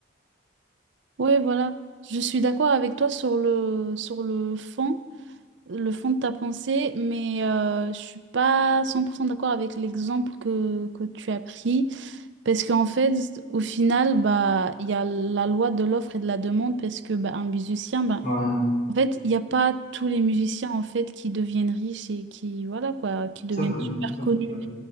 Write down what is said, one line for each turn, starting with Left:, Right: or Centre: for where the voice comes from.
Right: Ouais, voilà. Je suis d'accord avec toi sur le, sur le fond, le fond de ta pensée, mais euh, je suis pas 100% d'accord avec l'exemple que, que tu as pris. Parce qu'en fait, au final, bah, il y a la loi de l'offre et de la demande, parce que bah, un musicien, bah,
Left: Ouais,
Right: En fait, il n'y a pas tous les musiciens en fait qui deviennent riches et qui voilà quoi, qui deviennent
Left: c'est vrai,
Right: super
Left: c'est
Right: connus.
Left: vrai.